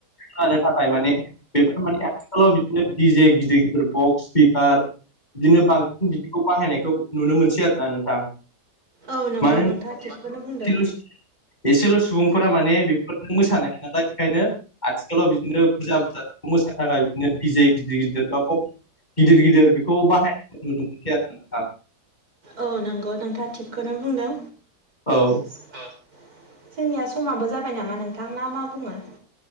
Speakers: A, on the left; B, on the right.
A: खानो थाखाय माने बेफोर माने आथिखालाव बिदिनो दिजे गिदिर <unintelligible> बक्स स्पिकार बिदिनो बांसिन बिदिखौ बाहायनायखौ नुनो मोनसै आरो ना नोंथां।
B: औ नंगौ
A: मानो
B: नोंथाङा थिगखौनो बुंदों।
A: होन एसेल' सुबुंफोरा माने बेफोर मोसानो हाया नालाय बेखायनो आथिखालाव बिदिनो बुरजा बुरजा मोसानो थाखाय बिदिनो बिजे <unintelligible> गिदिर गिदिर बा गिदिर गिदिर बेखौ बाहायनाय <unintelligible> आरो नोंथां।
B: औ नंगौ नोंथाङा थिगखौनो बुंदों।
A: औ।
B: <unintelligible> जोंनिया समाबो जाबाय नामा नोंथां ना मा बुङो?